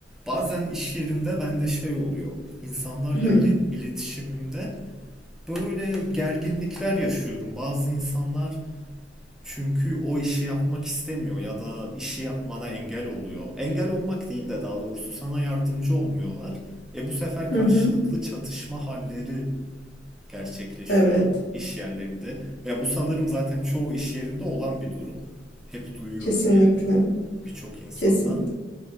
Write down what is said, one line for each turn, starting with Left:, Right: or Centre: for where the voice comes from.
Centre: Bazen iş yerinde bende şey oluyor. İnsanlarla
Left: Hı
Centre: iletişimimde böyle gerginlikler yaşıyorum. Bazı insanlar çünkü o işi yapmak istemiyor ya da işi yapmana engel oluyor. Engel olmak değil de daha doğrusu sana yardımcı olmuyorlar. E bu sefer
Left: hı.
Centre: karşılıklı
Left: hı.
Centre: çatışma halleri gerçekleşiyor
Left: Evet.
Centre: iş yerlerinde. Ve bu sanırım zaten çoğu iş yerinde olan bir durum. Hep duyuyorum
Left: Kesinlikle.
Centre: yani birçok insandan.
Left: Kesin.